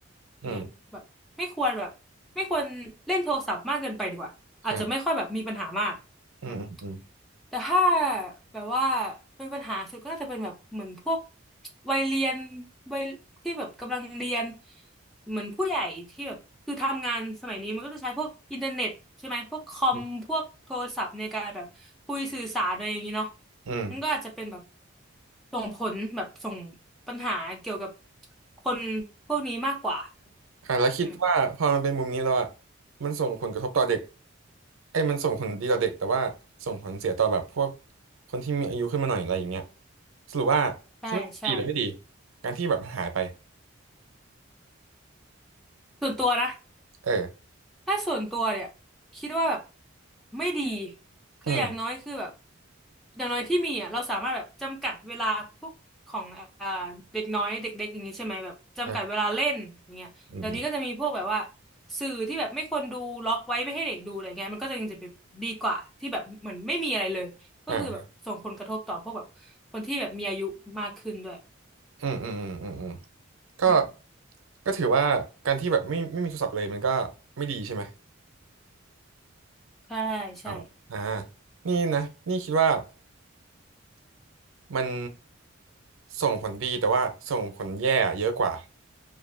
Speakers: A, in the centre; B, on the right.
A: อย่างเงี้ยแบบไม่ควรแบบไม่ควรเล่นโทรศัพท์มากเกินไปดีกว่าอาจจะไม่ค่อยแบบมีปัญหามาก
B: อืมอ่าอืมอืม
A: อืมแต่ถ้าแบบว่าเป็นปัญหาสุดก็น่าจะเป็นแบบเหมือนพวกวัยเรียนวัยที่แบบกำลังเรียนเหมือนผู้ใหญ่ที่แบบคือทำงานสมัยนี้มันก็จะใช้พวกอินเทอร์เน็ตใช่ไหมพวกคอมพวกโทรศัพท์ในการแบบคุยสื่อสารอะไรอย่างนี้เนาะ
B: อืมอืม
A: มันก็อาจจะเป็นแบบส่งผลแบบส่งปัญหาเกี่ยวกับคนพวกนี้มากกว่า
B: อ่าแล้วคิดว่าพอมันเป็นมุมนี้แล้วอ่ะ
A: อืม
B: มันส่งผลกระทบต่อเด็กเอ้ยมันส่งผลดีต่อเด็กแต่ว่าส่งผลเสียต่อแบบพวกคนที่มีอายุขึ้นมาหน่อยอะไรอย่างเงี้ยสรุปว่าคิดว่าดีหรือไม่ดี
A: ใช่ใช่
B: การที่แบบหายไป
A: ส่วนตัวนะ
B: เออ
A: ถ้าส่วนตัวเนี่ยคิดว่าแบบไม่ดีคืออย่างน้อยคือแบบ
B: อืม
A: อย่างน้อยที่มีอ่ะเราสามารถแบบจำกัดเวลาพวกของอ่าเด็กน้อยเด็กเล็กอย่างนี้ใช่ไหมแบบจำกัดเวลาเล่นอย่างเงี้ยเดี๋ยวนี้ก็จะมีพวกแบบว่า
B: อ่าอืม
A: สื่อที่แบบไม่ควรดูล็อกไว้ไม่ให้เด็กดูอะไรเงี้ยมันก็จะยังจะแบบดีกว่าที่แบบเหมือนไม่มีอะไรเลยก็คือแบบส่งผลกระทบต่อพวกแบบคนที่แบบมีอายุมากขึ้นด้วย
B: อ่าอืมอืมอืมอืม ก็
A: อืม
B: ก็ถือว่าการที่แบบไม่ไม่มีโทรศัพท์เลยมันก็ไม่ดีใช่ไหม
A: ใช่ใช่
B: อ๋ออ่านี่นะนี่คิดว่ามันส่งผลดีแต่ว่าส่งผลแย่เยอะกว่า